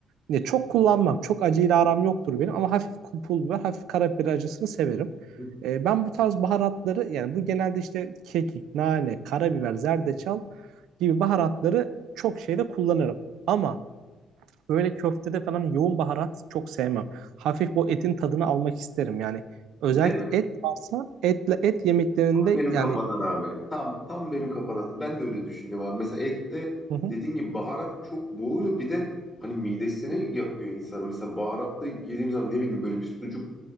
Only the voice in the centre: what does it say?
hı.
Değil mi?
Tam benim
kafadan abi. Tam tam benim kafadan. Ben de öyle düşünüyorum abi. Mesela ette
dediğin gibi baharat çok boğuyor. Bir de hani midesini yakıyor insanın. Mesela baharatlı yediğim zaman ne bileyim böyle bir sucuk